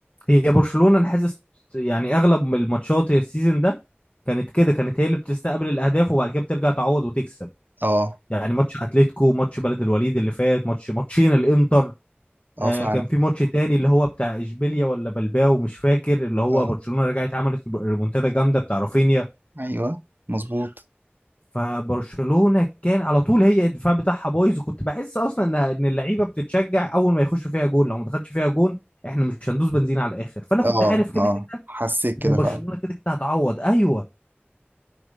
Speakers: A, on the left; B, on the right.
A: هي برشلونة أنا حاسس يعني أغلب الماتشات السيزون ده كانت كده كانت هي اللي بتستقبل الأهداف وبعد كده بترجع تعوض وتكسب
B: اه
A: يعني ماتش اتلتيكو ماتش بلد الوليد اللي فات ماتش ماتشين الانتر
B: اه
A: آه
B: فعلا
A: كان في ماتش تاني اللي هو بتاع اشبيليا ولا بلباو مش فاكر اللي هو
B: اه
A: برشلونة رجعت عملت ريمونتادا جامدة بتاع رافينيا
B: ايوه مظبوط
A: فبرشلونة كان على طول هي الدفاع بتاعها بايظ وكنت بحس اصلا ان ان اللعيبة بتتشجع اول ما يخش فيها جون لو ما دخلش فيها جون احنا مش هندوس بنزين على الاخر فانا كنت
B: اه
A: عارف كده
B: اه
A: كده
B: حسيت كده
A: ان برشلونة
B: فعلا
A: كده كده هتعوض ايوه